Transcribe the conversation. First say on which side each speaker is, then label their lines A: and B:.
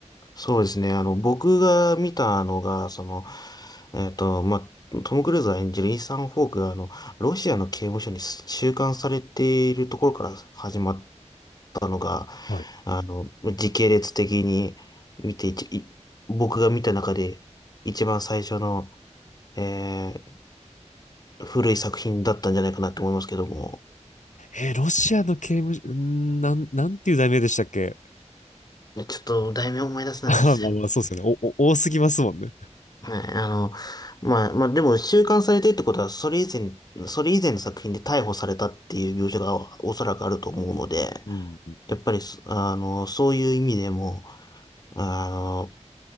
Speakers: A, on the left; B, on the left.
A: そうですね。あの、僕が見たのが、その、えっと、まあ、トム・クルーズが演じるイーサン・ホークが、あの、ロシアの刑務所に収監されているところから始まったのが、
B: はい。
A: あの、時系列的に見ていち、一い僕が見た中で一番最初の、えー古い作品だったんじゃないかなと思いますけども。
B: えーロシアの刑務所、んーなん、なんていう題名でしたっけ
A: ちょっと、題名思い出せないんですよ。
B: <laughs> あまあまあ、そうですよね。お、お多すぎますもんね。
A: はい、あの、まあ、まあ、でも、収監されてるってことは、それ以前、それ以前の作品で逮捕されたっていう描写がおそらくあると思うので、
B: うん。
A: やっぱりそ、あの、そういう意味でも、あの、